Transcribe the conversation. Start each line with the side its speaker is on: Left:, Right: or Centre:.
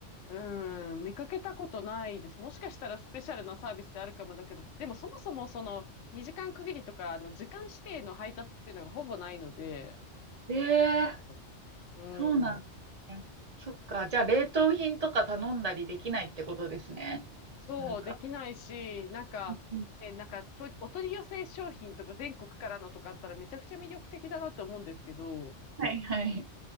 Left: うん、見かけたことないです。もしかしたらスペシャルなサービスであるかもだけど、でもそもそもその2時間区切りとか、あの、時間指定の配達っていうのがほぼないので、
Right: あ、ええ
Left: できないかも。う
Right: そうなんですね。
Left: ん。
Right: そっか。じゃあ、冷凍品とか頼んだりできないってことですね。
Left: そう、
Right: なんか。
Left: できないし、なんか、
Right: うん
Left: え、なんかと、お取り寄せ商品とか全国からのとかあったらめちゃくちゃ魅力的だなと思うんですけど、
Right: はいはい。